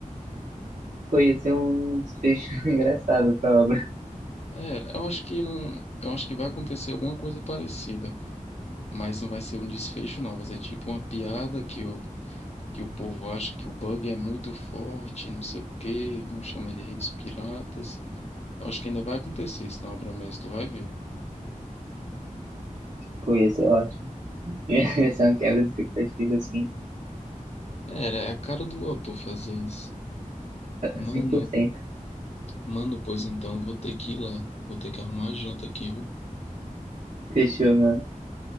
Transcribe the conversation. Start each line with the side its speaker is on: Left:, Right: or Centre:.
Right: Pô, ia ser um desfecho <laughs> engraçado pra obra.
Left: É, eu acho que não. Eu acho que vai acontecer alguma coisa parecida. Mas não vai ser um desfecho, não. Vai ser tipo uma piada que o que o povo acha que o bug é muito forte, não sei o quê, vão chamar ele de redes piratas. Eu acho que ainda vai acontecer isso na obra mesmo, tu vai ver.
Right: Pô, ia ser ótimo. <laughs> Essa é uma quebra de expectativa, assim,
Left: Era, é a cara do autor fazer isso.
Right: cem
Left: Mano,
Right: por cento
Left: mano, pois então, vou ter que ir lá. Vou ter que arrumar a janta aqui, viu?
Right: Fechou, mano.